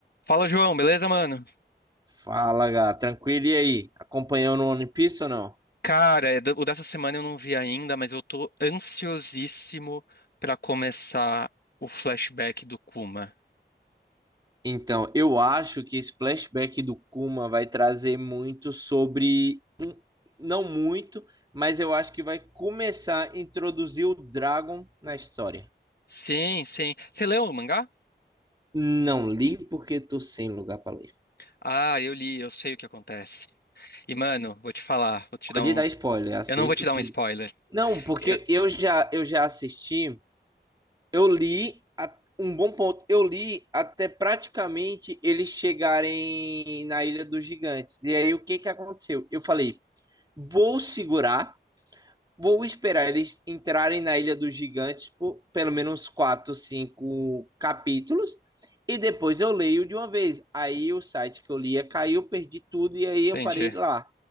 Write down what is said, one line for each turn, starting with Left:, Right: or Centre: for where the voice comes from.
Left: Fala, João, beleza, mano?
Right: Fala, Gá. Tranquilo e aí? Acompanhando o One Piece ou não?
Left: Cara, é do- o dessa semana eu não vi ainda, mas eu tô ansiosíssimo pra começar o flashback do Kuma.
Right: Então, eu acho que esse flashback do Kuma vai trazer muito sobre. um- Não muito, mas eu acho que vai começar a introduzir o Dragon na história.
Left: Sim, sim. Você leu o mangá?
Right: Não li porque tô sem lugar para ler.
Left: Ah, eu li, eu sei o que acontece. E, mano, vou te falar, vou te dar
Right: Pode
Left: um.
Right: dar spoiler, aceito
Left: Eu não vou te dar
Right: tudo.
Left: um spoiler.
Right: Não, porque
Left: Eu-
Right: eu já, eu já assisti. Eu li a- um bom ponto. Eu li até praticamente eles chegarem na Ilha dos Gigantes. E aí o que que aconteceu? Eu falei, vou segurar, vou esperar eles entrarem na Ilha dos Gigantes por pelo menos quatro, cinco capítulos. E depois eu leio de uma vez. Aí o site que eu lia caiu, perdi tudo e aí eu
Left: Entendi,
Right: parei lá.